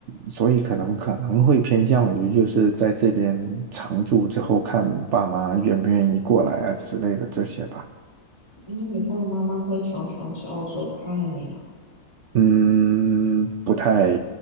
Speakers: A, on the right (about 60°); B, on the left (about 20°).
A: 所以可能可能会偏向于就是在这边常住之后，看爸妈愿不愿意过来啊之类的这些吧。
B: 因为你爸爸妈妈会常常去澳洲看你嘛。
A: 嗯，不太，